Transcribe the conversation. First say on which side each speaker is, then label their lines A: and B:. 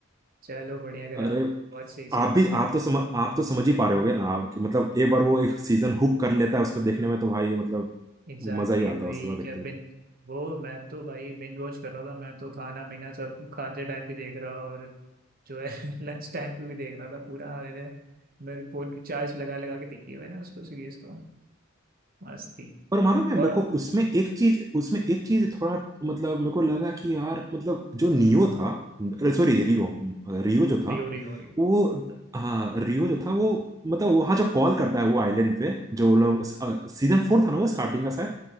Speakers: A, on the right (about 45°); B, on the right (about 15°).
A: चलो बढ़िया अगर
B: अरे
A: आप बहुत सही सीरीज
B: आप भी आप तो सम, आप तो समझ ही पा रहे होगे ना आप कि मतलब एक बार वो एक सीजन हुक कर लेता है उसमें देखने में तो भाई मतलब
A: एग्जैक्टली
B: मजा ही आता
A: भाई
B: है उसके बाद देखते
A: क्या
B: ही
A: बिन
B: तो।
A: वो मैं तो भाई बिंज वॉच कर रहा था मैं तो खाना पीना सब खाते टाइम भी देख रहा और जो है <laughs> लंच टाइम पे भी देख रहा था पूरा मैंने मेरे फोन की चार्ज लगा लगा के देखी है मैंने उसको सीरीज को मस्त थी
B: और मालूम है मेरे
A: और
B: को उसमें एक चीज उसमें एक चीज थोड़ा मतलब मेरे को लगा कि यार मतलब जो नियो था सॉरी रियो रियो जो था
A: Rio Rio Rio
B: वो हाँ रियो जो था वो मतलब वहां जो कॉल करता है वो आइलैंड पे जो लोग सीजन फोर था ना वो स्टार्टिंग का शायद